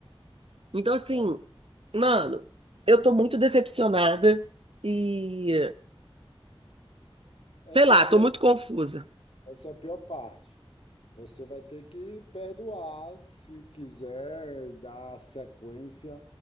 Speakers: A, on the right; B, on the left.
A: Então, assim,
B: é,
A: mano, eu tô muito decepcionada e
B: essa
A: sei lá,
B: é a pior
A: tô muito confusa.
B: Essa é a pior parte. Você vai ter que perdoar se quiser dar sequência